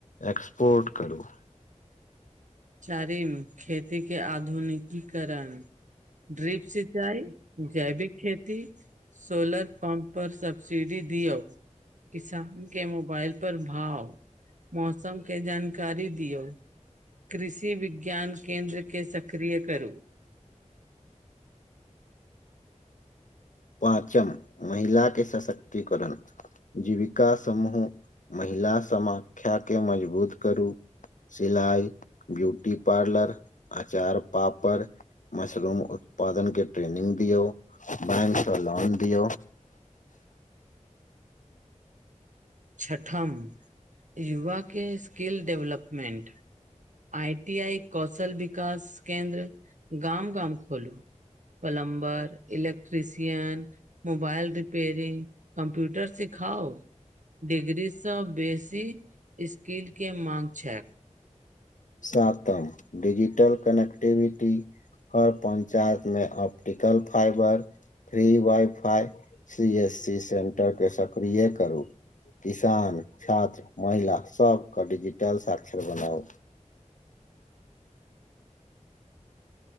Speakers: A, on the left; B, on the right.
A: एक्सपोर्ट करू।
B: चारिम खेती के आधुनिकीकरण। ड्रिप सिंचाई, जैविक खेती। सोलर पम्प पर, सबब्सिडी दियो। किसान के मोबाइल पर भाव, मौसम के जानकारी दियो। कृषि विज्ञान केन्द्र के सक्रिय करू।
A: पाँचम महिला के सशक्तिकरण। जीविका समूह महिला समाख्या के मजबूत करू। सिलाई, ब्यूटी पार्लर, अचार पापड़ मशरूम उत्पादन के ट्रेनिंग दियो, बैंक से लोन दियो।
B: छठम, युवा के skill development. I T I, कोशल विकास केन्द्र गाम- गाम खोलू। Plumber, electrician mobile repairing, computer सिखाओ। डिग्री से बेसी स्किल के माँग छै।
A: सातम डजिटल कनेक्टिविटी हर पंचायत मे optical fibre free wifi, C S C centre करे सक्रिय करू। किसान, छात्र, महिला सब के डिजिटल साक्षर बनाउ।